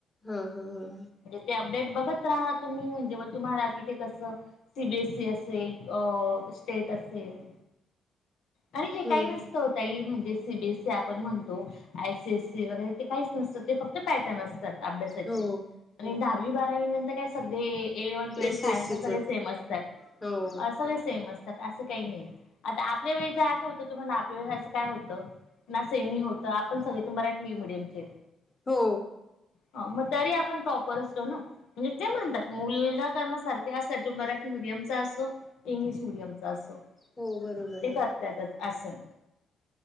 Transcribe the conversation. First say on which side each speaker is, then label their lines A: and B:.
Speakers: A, on the left (about 20°); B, on the left (about 75°).
A: हा हा ह
B: <unintelligible> अपडेट बघत राहा तुम्ही म्हणजे तुम्हाला तिथे कसं सी बी एस ई असेल, स्टेट असेल. आणि हे काही
A: हम्म
B: नसतं हो ताई <unintelligible> सी बीए सी आपण म्हणतो. <unintelligible> <unintelligible> वगैरे ते काहीच नसतं ते फक्त पॅटर्न अभ्यासाचे
A: हो
B: आणि दहावी बारावी विनंती काय सध्या एक eleven, twelfth
A: S
B: science
A: S सीच
B: सगळे
A: होत
B: सेम असतात
A: हो
B: सगळे सेम असतात. ं काही नाही. आता आपल्या वेळच तुम्हाला आपल्या वेळेस असं काय होतं? ना सेमी होतं आपण सगळे ते मराठी मीडियमचेच.
A: हो
B: हं म तरी आपण टॉप असतों ना? म्हणजे ते म्हणतात, मुलगा त्यांना <unintelligible> मराठी मिडियमचा असो इंग्लिश मिीडियमचा असो.
A: हो बरोबर
B: ते
A: आहे
B: करतायतच असं